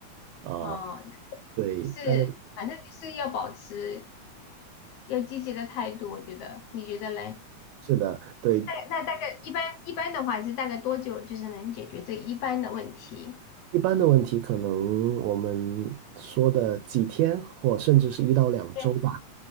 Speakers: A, on the right; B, on the left.
A: 啊、
B: 哦，
A: 对，
B: 就是反正就是要保持。
A: 但
B: 要积极的态度，我觉得，你觉得嘞？
A: 是的，对。
B: 那那大概一般一般的话是大概多久就是能解决这一般的问题？
A: 一般的问题，可能我们说的几天，或甚至是一到两周吧。
B: 对，